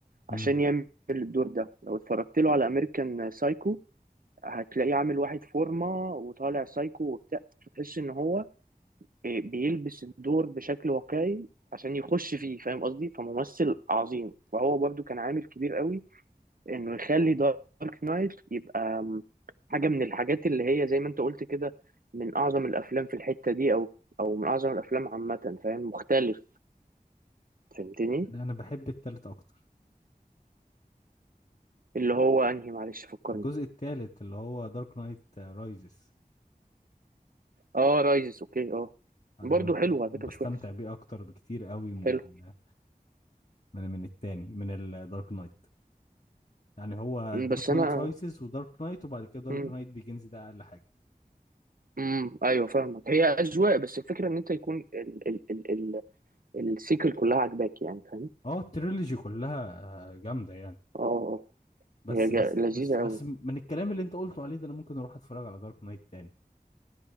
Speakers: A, on the left; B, on the right.
A: امم
B: عشان يعمل الدور ده لو اتفرجت له على امريكان سايكو هتلاقيه عامل واحد فورمة وطالع سايكو وبتاع فتحس ان هو إيه، بيلبس الدور بشكل واقعي عشان يخش فيه فاهم قصدي فممثل عظيم فهو برضو كان عامل كبير قوي انه يخلي دارك نايت يبقى م، حاجة من الحاجات اللي هي زي ما انت قلت كده من اعظم الافلام في الحتة دي او او من اعظم الافلام عامة فاهم مختلف فهمتني
A: انا أنا بحب التالت اكتر
B: اللي هو انهي معلش فكرني
A: الجزء التالت اللي هو دارك نايت رايزز
B: اه رايزز اوكي اه
A: انا
B: برضو
A: أنا ب-
B: حلو على فكره
A: بستمتع
B: مش وحش
A: بيه اكتر بكتير قوي من
B: حلو
A: ال... من من التاني من الدارك نايت يعني هو
B: مم،
A: دارك
B: بس انا
A: نايت رايزز ودارك نايت وبعد كده دارك
B: امم
A: نايت بيجنز ده اقل حاجه
B: امم ايوه فاهمك هي اذواق بس الفكره ان انت يكون ال ال ال ال السيكل كلها عاجباك يعني فاهم
A: اه التريلوجي كلها آه، جامده يعني
B: اه اه
A: بس
B: هي جا-
A: بس
B: لذيذه
A: بس بس
B: قوي
A: من الكلام اللي انت قلته عليه ده انا ممكن اروح اتفرج على دارك نايت تاني